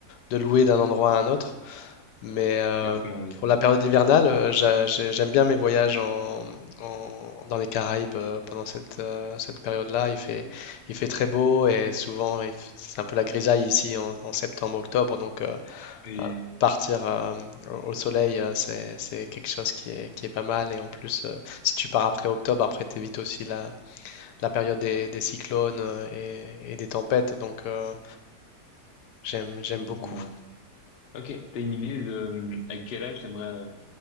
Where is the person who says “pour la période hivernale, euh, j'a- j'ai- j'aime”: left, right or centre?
Left